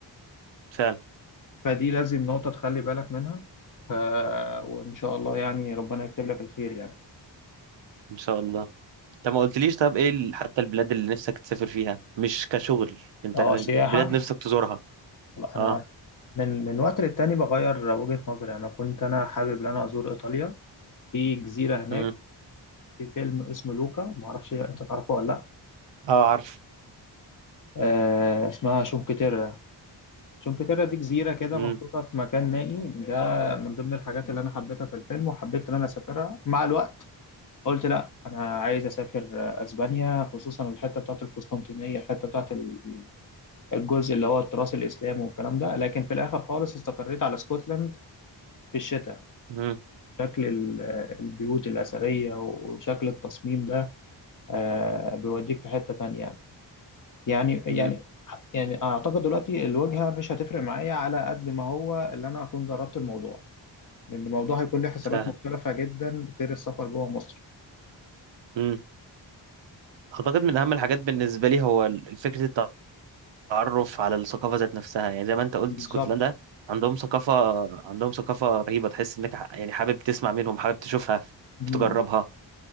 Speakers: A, on the right; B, on the left.
A: فعلا
B: فدي لازم نقطة تخلي بالك منها ف... وان شاء الله يعني ربنا يكتب لك الخير يعني
A: ان شاء الله طب ما قلتليش طب ايه ال- حتى البلاد اللي نفسك تسافر فيها مش كشغل انت
B: اه
A: من
B: سياحة
A: بلاد نفسك تزورها
B: انا
A: اه
B: من من وقت للتاني بغير وجهة نظري يعني انا كنت انا حابب ان انا ازور ايطاليا في جزيرة هناك
A: امم
B: في فيلم اسمه لوكا معرفش انت تعرفه ولا لا
A: اه عارف
B: آه اسمها شونكتيرا شونكتيرا دي جزيرة كده
A: امم
B: محطوطة في مكان نائي ده من ضمن الحاجات اللي انا حبيتها في الفيلم وحبيت ان انا اسافرها مع الوقت قلت لا انا عايز اسافر آه، اسبانيا خصوصا الحتة بتاعت القسطنطينية الحتة بتاعت ال- الجزء اللي هو التراث الاسلامي والكلام ده لكن في الاخر خالص استقريت على اسكتلند في الشتاء
A: امم
B: شكل ال- البيوت الأثرية وشكل التصميم ده آه، بيوديك في حتة تانية يعني يعني
A: امم
B: يعني أعتقد دلوقتي الواجهة مش هتفرق معايا على قد ما هو اللي أنا أكون جربت الموضوع لأن الموضوع هيكون له حسابات
A: فعلا
B: مختلفة جدا غير السفر جوه مصر
A: امم اعتقد من اهم الحاجات بالنسبه لي هو ال- فكره التعرف على الثقافه ذات نفسها يعني زي ما انت قلت
B: بالظبط
A: اسكتلندا عندهم ثقافه عندهم ثقافه رهيبه تحس انك ح- يعني حابب تسمع منهم حابب تشوفها
B: مم.
A: تجربها